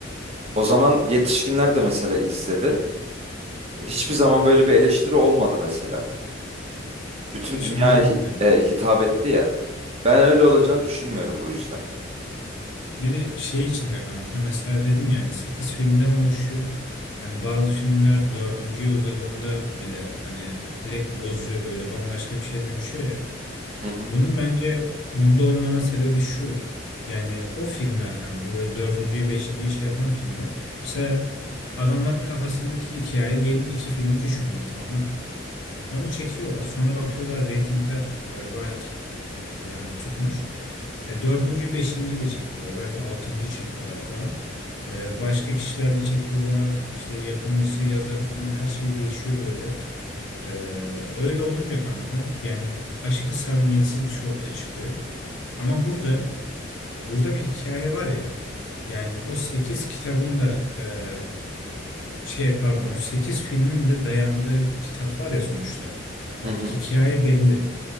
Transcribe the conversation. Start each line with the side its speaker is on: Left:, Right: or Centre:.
Left: Hı hı.
Right: O zaman yetişkinler de mesela izledi. Hiçbir zaman böyle bir eleştiri olmadı mesela. Bütün
Left: Gerçi
Right: dünyaya
Left: doğru.
Right: hi-
Left: hani.
Right: e, hitap etti ya. Ben öyle olacağını düşünmüyorum bu yüzden.
Left: Bir de şey içinde kanka mesela dedin yani 8 filmden oluşuyor. Hani bazı filmler 4. yıl uzadığında bile hani direkt bozuyor böyle bambaşka bir şeye dönüşüyor ya.
Right: Hı hı.
Left: Bunun bence bunda olmama sebebi şu. Yani o filmler kanka böyle 4. beşinciye şey yapan filmler. Mesela adamların kafasındaki hikaye diyelim 2 filmlik 3 filmlik tamam mı? Onu çekiyorlar sonra bakıyorlar reytingler e, bayağı t- yani tutmuş. E, dördüncüyü, beşinciyi de çekiyorlar. Belki altıncıyı çekiyorlar falan. E, başka kişilerle çekiyorlar. İşte yapımcısı, yazarı falan her şey değişiyor böyle. E, öyle olunca kanka yani aşırı samimiyetsiz bir şey ortaya çıkıyor. Ama burada burada bir hikaye var ya. Yani o 8 kitabın da e, şey pardon o 8 filmin de dayandığı kitap var ya sonuçta. Hani
Right: Hı hı.
Left: hikaye belli.